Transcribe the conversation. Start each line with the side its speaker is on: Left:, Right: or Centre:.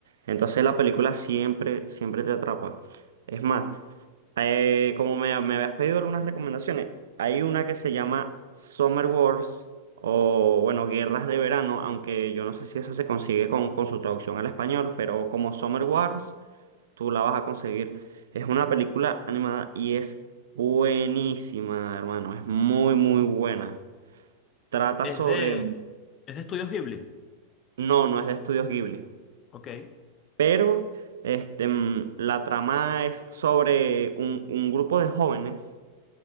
Right: Entonces la película siempre, siempre te atrapa. Es más, eh, como me, me habías pedido algunas recomendaciones, hay una que se llama Summer Wars o, bueno, Guerras de Verano, aunque yo no sé si esa se consigue con, con su traducción al español, pero como Summer Wars tú la vas a conseguir. Es una película animada y es buenísima, hermano. Es muy, muy buena. Trata
Left: Es
Right: sobre...
Left: de. Es de Estudios Ghibli.
Right: No, no es de Estudios Ghibli.
Left: Ok,
Right: Pero este, mm, la trama es sobre un, un grupo de jóvenes,